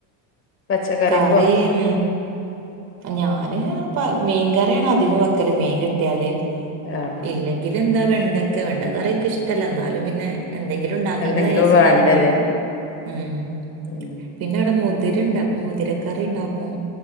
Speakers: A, on the left (about 30°); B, on the right (about 50°).
A: പച്ചക്കറിക്കോ
B: കറി ഉം ഞാന് പ മീൻ കറിയാണ് അധികും വെക്കല് മീൻ കിട്ട്യാല്
A: ആഹ്
B: ഇല്ലെങ്കിലെന്താ വെണ്ടക്ക വെണ്ടക്കറി ഇൻക്ക് ഇഷ്ടല്ല എന്നാലും പിന്നെ എന്തെങ്കിലും ഉണ്ടാക്കേണ്ടന്ന്
A: എന്തെങ്കിലും
B: വിചാരിച്ചിട്ട്
A: വേണ്ടല്ലേ
B: അത്ണ്ടാക്കും ഉം
A: ഉം
B: പിന്നെ ഇവിടെ മു തിരണ്ട് അ മുതിരക്കറിണ്ടാക്കും